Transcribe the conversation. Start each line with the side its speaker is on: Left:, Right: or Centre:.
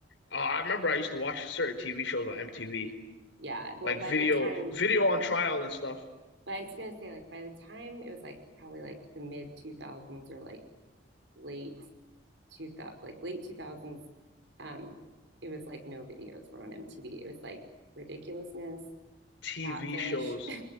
Left: Uh, I remember I used to watch certain TV shows on MTV,
Right: Yeah. Well,
Left: like
Right: by
Left: video,
Right: the time,
Left: video on trial and stuff.
Right: but I was gonna say like by the time it was like probably like the mid 2000s or like late two thousand, like late two thousands. Um, it was like no videos were on MTV. It was like ridiculousness,
Left: TV
Right: catfish.
Left: shows.
Right: <laughs>